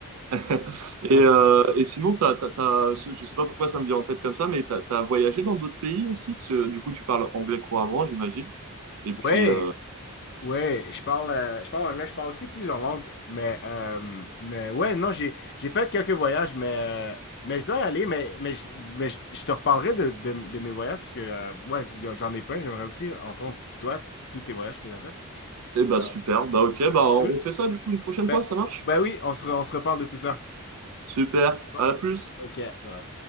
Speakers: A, on the right (about 80°); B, on the left (about 55°).
A: <laughs> Et,
B: En tout
A: euh,
B: cas.
A: et sinon, t'as, t'as, t'as- je sais pas pourquoi ça me vient en tête comme ça, mais t'as, t'as voyagé dans d'autres pays aussi? Parce que du coup, tu parles anglais couramment, j'imagine. Et puis,
B: Ouais,
A: euh,
B: Ouais, je parle, euh, je parle anglais, je parle aussi plusieurs langues, mais, euh, mais ouais, non, j'ai, j'ai fait quelques voyages, mais, euh, mais je dois y aller, mais, mais, je, mais je, je te reparlerai de, de, de mes voyages, parce que, euh, ouais, y a- j'en ai plein, j'aimerais aussi entendre, toi, tous tes voyages que tu as fait.
A: eh bah
B: Ah,
A: super, bah ok, bah on
B: cool.
A: fait ça du coup une prochaine
B: Ben,
A: fois, ça marche?
B: ben oui, on se, re- on se reparle de tout ça.
A: Super,
B: C'est Bon.
A: à la plus!
B: Ok, bye.